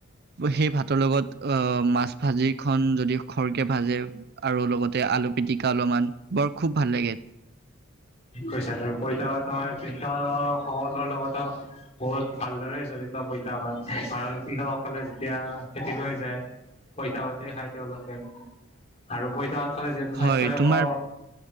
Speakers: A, on the right; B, on the left.
A: সেই ভাতৰ লগত অ' মাছ ভাজি খন যদি খৰকে ভাজে, আৰু লগতে আলু পীতিকা অলপমান বৰ খুব ভাল লাগে।
B: ঠিক কৈছা বাৰু। পইতাঁ ভাত কৃষকসকলৰ লগতো বহুত ভালদৰে জড়িত পইতা ভাত। কাৰণ কৃষকসকলে যেতিয়া খেতি লৈ যায় পঁইতা ভাতে খায়। তেওঁলোকে আৰু পঁইতা ভাত খালে যিহেতু স্বাস্থ্যৰে
A: হয়
B: একো
A: তোমাৰ